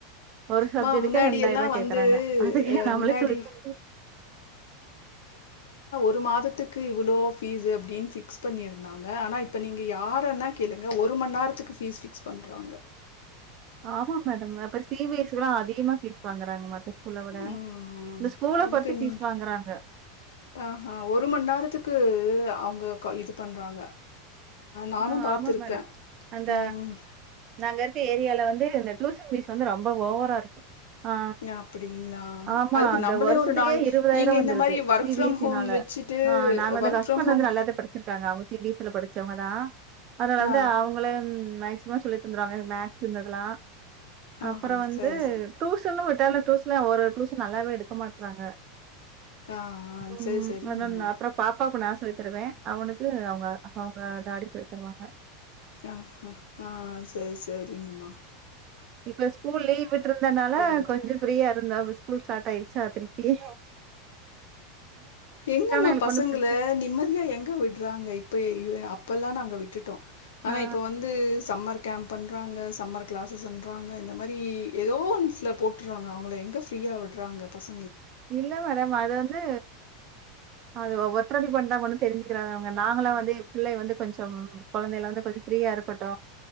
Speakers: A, on the right; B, on the left.
A: ஒரு சப்ஜெக்டுக்கே
B: மா முன்னாடி
A: ரெண்டாயிர்
B: எல்லாம்
A: ரூவாய்
B: வந்து
A: கேக்குறாங்க அதுக்கு
B: அ
A: நம்மளே
B: முன்னாடி
A: சொல்லி தந்து
B: ஒரு மாதத்துக்கு இவ்ளோ ஃபீஸ்ஸு அப்டீனு ஃபிக்ஸ் பண்ணிருந்தாங்க ஆனா இப்ப நீங்க யரேனா கேளுங்க ஒரு ம நேரத்துக்கு பீஸ் ஃபிக்ஸ் பண்றாங்க
A: ஆமா மேடம் இப்ப சி பி எஸ் சில்லாம் அதிகமா பீஸ் வாங்குறாங்க மத்த ஸ்கூல விட.
B: உம்
A: இந்த ஸ்கூல
B: அதுக்கு
A: பொறுத்து ஃபீஸ்
B: நீங்க
A: வாங்குறாங்க.
B: ஆ அ ஒரு மண் நேரத்துக்கு அவங்க க இது பண்றாங்க நானும்
A: ஆ
B: பார்த்துருக்கேன்.
A: ஆமா மேடம் அந்த
B: ம்.
A: நாங்க இந்த ஏரியால வந்து இந்த டிசன் பீஸ் வந்து ரொம்ப ஓவரா இருக்கு ஆ
B: அப்படிங்களா?
A: ஆமா
B: அதுக்கு
A: அந்த
B: நம்மளே
A: வருஷத்துக்கே
B: ஒரு நாய்
A: இருவதாயிரோ
B: நீங்க
A: வந்துருது
B: இந்த மாரி work
A: C
B: from
A: B S C
B: home
A: னால
B: வச்சுட்டு
A: ஆ நா வந்து
B: வொர்க்
A: ஹஸ்பண்ட்
B: ஃப்ரம் ஹோம்
A: வந்து நல்லாதே படிச்சிருக்காங்க அவ சி பி எஸ் சி ல படிச்சவங்கதா அதனால
B: ஆ.
A: தா அவுங்களே மா சொல்லித் தந்துருவாங்க இது மேக்ஸ் இருந்ததெல்லா
B: ஆஹா!
A: அப்புற வந்து
B: சரி, சரி.
A: டூசன்ல விட்டாலு டிசன்ல ஒரு டிசன் நல்லாவே எடுக்க மாட்றாங்க
B: ஆ, ஆ.
A: உம்
B: சரி, சரிங்கம்மா.
A: என்னன்ன அப்புறோ பாப்பாக்கு <unintelligible> துருவே அவனுக்கு அவுங்க அவுங்க டாடி சொ ருவாங்க
B: அ அ ஆ சேர் சேரிங்கம்மா
A: இப்ப ஸ்கூல் லீவ் விட்ருந்தனால
B: இருக்கும்.
A: கொஞ்ச ஃப்ரியா இருந்தா ஸ்கூல் ஸ்டார்ட் ஆயிருச்சா திருப்பியு
B: எங்கம்மா
A: எங்களுக்கு
B: பசங்கல
A: ஒண்ணும் பிரச்சனை
B: நிம்மதியா எங்க விட்றாங்க இப்ப அய்யோ அப் இப்பெல்லா நாங்க விட்டுட்டோ ஆனா
A: ஆ
B: இப்ப வந்து சம்மர் கேம்ப்ண்றாங்க சம்மர் கிளாஸஸுண்றாங்க இந்த மாரி ஏதோ ஒண்த்துல போட்றாங்க அவங்களே எங்க ஃப்ரியா விடறாங்க பசங்
A: இல்ல மேடம் அது வந் து அது ஒவ்வொருத்தர் அப்டி பண்ட்டாங்க ஒன்னு தெரிஞ்சுக்கிறாதவங்க நாங்களா வந்து பிள்ளைக வந்து கொஞ்சம் கொழந்தைல இருந்து கொஞ்ச ஃப்ரியா இருக்கட்டு